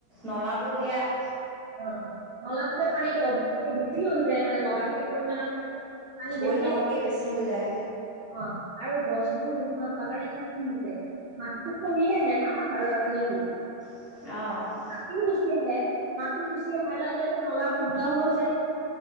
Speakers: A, in the centre; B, on the right.
A: নলা- বোৰ সেইয়া-
B: অঁ' নলাটো যে পানীটো অতিকে বেছি হৈ যায় মানে লগাতকে পৰিমানতকে- পানী
A: পৰিমাণতকৈ
B: বেছি-
A: বেছি হৈ যায়
B: অঁ আৰু গছবোৰ নোহোৱা হোৱা কাৰণে ক্ষতি হৈছে। মাটিতো খহি আহে ন' পাহাৰৰ পানীটো।
A: অহ'।
B: মাটিও গুচি আহে, মাটি গুচি আহাৰ লগে লগে নলাবোৰ ব্লক হৈ যায়।